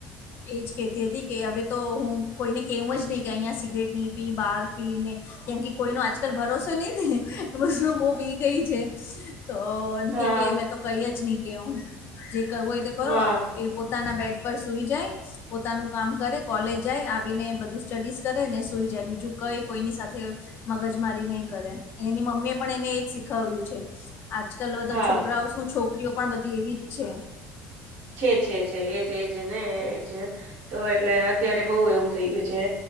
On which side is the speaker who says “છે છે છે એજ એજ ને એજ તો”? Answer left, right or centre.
Right